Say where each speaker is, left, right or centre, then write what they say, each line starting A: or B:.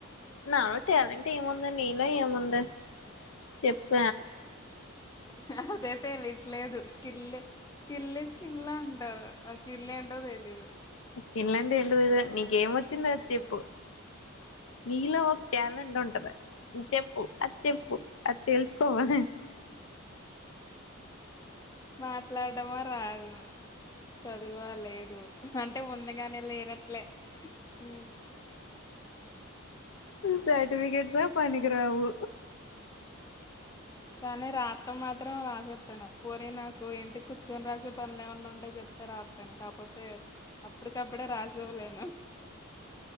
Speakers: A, on the left; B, on the left.
A: నాలో టాలెంట్ ఏ ముంద నీలో ఏ ఉందే చెప్ప
B: స అదైతే వీట్లేదు స్కిల్ స్కిల్ స్కిల్ అంటారు ఆ స్కిల్ ఏంటో తెలీదు
A: ఆ స్కిన్ లాంటడి ఏంటి తెద నీకేం వచ్చింది చెప్పు నీల ఒక ట్యాలెంట్ ఉంట చెప్పు అది చెప్పు అది తెలుసు పో అసే
B: మాట్లాడడమా రాదు చదువ లేదు అంటే ఉందిగాని లేనట్లే ఉ
A: సర్టిఫికేట్ స పని గ్రావు
B: కానీ రాతం మాత్రం రాసేతాను పోరి నాకు ఏంటి కూర్చొని రాసే పనులు ఏమన్నా ఉంటే చెప్తే రాతాను కాపోతే అప్పటికప్పుడే రాసివ్వలేను